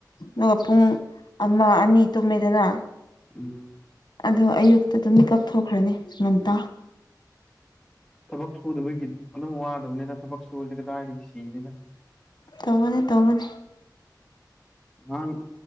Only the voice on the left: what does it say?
ꯑꯗꯨꯒ ꯄꯨꯡ ꯑꯃ ꯑꯅꯤ ꯇꯨꯝꯃꯦꯗꯅꯥ
ꯑꯗꯣ ꯑꯌꯨꯛꯇ ꯑꯗꯨꯝ ꯃꯤꯠꯀꯞ ꯊꯣꯛꯈ꯭ꯔꯅꯤ ꯉꯟꯇꯥ
ꯇꯧꯕꯅ° ꯇꯧꯕꯅ°